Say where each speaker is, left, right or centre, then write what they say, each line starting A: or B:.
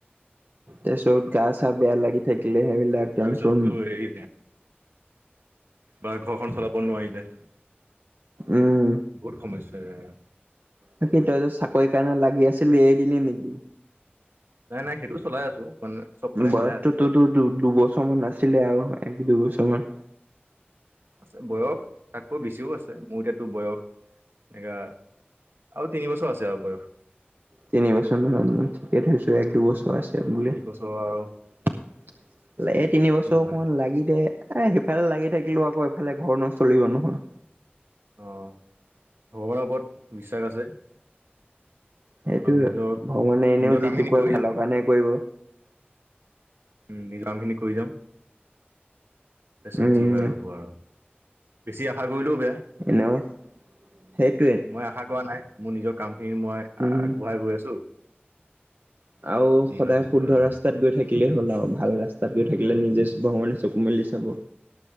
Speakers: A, on the right; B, on the right.
A: তাৰপিছত গা চা বেয়া লাগি থাকিলে সেইবিলাক
B: তাৰপিছততো
A: টেনচন।
B: হেৰি বা ঘৰখন চলাব নোৱাৰিলে।
A: উম
B: বহুত সমস্যা এয়া।
A: বাকি তই যে চাকৰি কাৰণে লাগি আছিলি এৰি দিলি নেকি?
B: নাই নাই সেইটো চলাই আছো। মানে চবফালে
A: বয়খ
B: মিলাই আছো
A: টু-টু-টু-টু
B: ত
A: দুবছৰমান আছিলে আও এক দুইবছ মান।
B: আছে বয়স তাতকৈ বেছিও আছে মোৰ এতিয়া তোৰ বয়স এয়া আৰু তিনি বছৰ আছে আও বয়।
A: তিনিবছৰ মই ঠিকেই ধৰিছোঁ এক দুবছৰ আছে বুলি।
B: তিনি
A: লা,
B: বছৰ আৰু
A: এই তিনিবছৰ
B: কি
A: অকমান
B: হয়
A: লাগি দে। এ, সিফালে লাগি থাকিলেও আকৌ এফালে ঘৰ নচলিব নহয়।
B: অ', ভগৱানৰ ওপৰত বিশ্বাস আছে।
A: সেইটোৱে
B: আৰু নিজৰ
A: ভগৱানে এনেও
B: নিজৰ কামখিনি
A: যিটো কৰে
B: কৰি
A: ভালৰ কাৰণে কৰিব।
B: উম, নিজ কামখিনি কৰি যাম। পেছত
A: উম,
B: যি হয় হ'ব আৰু বেছি আশা কৰিলেও বেয়া
A: এনেও সেইটোৱে
B: মই আশা কৰা নাই, মোৰ নিজৰ কামখিনি মই
A: উম।
B: আগবঢ়াই গৈ আছো
A: আৰু সদায়
B: হয় হ'ব
A: শুদ্ধ
B: আৰু
A: ৰাস্তাত গৈ থাকিলে হ'ল আৰু ভাল ৰাস্তাত গৈ থাকিলে নিজে শিব ভগৱানে চকু মেলি চাব